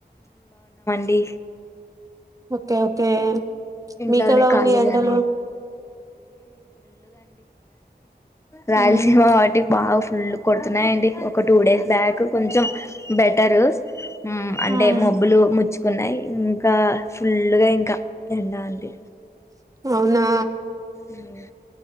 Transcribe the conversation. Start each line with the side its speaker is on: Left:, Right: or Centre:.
Left: డి
Right: ఓకే ఓకే
Left: ఇంట్లోనే
Right: మీకెలా
Left: కాలేజ్
Right: ఉన్నాయి ఎండలు
Left: అనే రాయల్సీమా
Right: ఉమ్
Left: వాటి బావ్ ఫుల్ కొడుతున్నాయిండి ఒక టూ డేస్ బ్యాక్ కొంచెం బెటరు అంటే
Right: ఉమ్,
Left: మబ్బులు ముచ్చుకున్నాయి ఇంకా ఫుల్గా ఇంకా ఎలా అండి
Right: అవునా
Left: ఉమ్